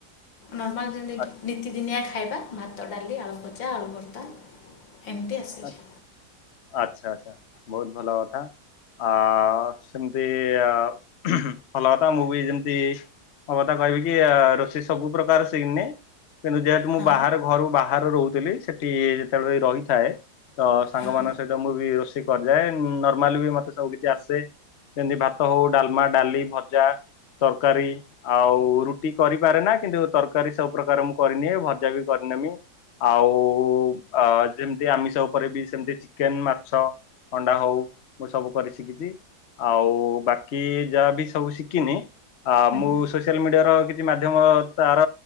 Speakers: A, on the left; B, on the left.
A: ନର୍ମାଲ ଯେମିତି
B: ଆ
A: ନିତିଦିନିଆ ଖାଇବା ଭାତ ଡାଲି ଆଳୁ ଭଜା ଆଳୁ ଭର୍ତ୍ତା। ଏମିତି ଆସିଛି।
B: ଆ ଆଚ୍ଛା ଆଚ୍ଛା ବହୁତ ଭଲ କଥା। ଆ ସେମିତି ଅ ଭଲ କଥା ମୁଭି ଯେମିତି ମ କଥା କହିବି କି ଆ ରୋଷେଇ ସବୁ ପ୍ରକାର ସିନି। କିନ୍ତୁ ଯେହେତୁ ମୁଁ
A: ହଁ
B: ବାହାରେ ଘରୁ ବାହାରୁ ରହୁଥିଲି ସେଠି ଯେତେବେଳେ ରହିଥାଏ। ତ ସାଙ୍ଗମାନଙ୍କ
A: ହଁ
B: ସହିତ ମୁଁ ବି ରୋଷେଇ କରିଦାଏ ନର୍ମାଲି ବି ମତେ ସବୁ କିଛି ଆସେ। ଯେମିତି ଭାତ ହଉ ଡାଲମା ଡାଲି ଭଜା ତରକାରୀ। ଆଉ ରୁଟି କରିପାରେ ନା କିନ୍ତୁ ତରକାରୀ ସବୁ ପ୍ରକାର ମୁଁ କରିନିଏ ଭଜା ବି କରିନେମି। ଆଉ ଅ ଯେମିତି ଆମିଶ ପରେ ବି ସେମିତି ଚିକେନ ମାଛ ଅଣ୍ଡା ହଉ ମୁଁ ସବୁ କରି ଶିଖିଛି। ଆଉ ବାକି ଯାହା ବି ସବୁ ଶିଖିନି ଆ
A: ହୁଁ
B: ମୁଁ ସେ ସୋଆଲ ମିଡିଆର କିଛି ମାଧ୍ୟମ ତାର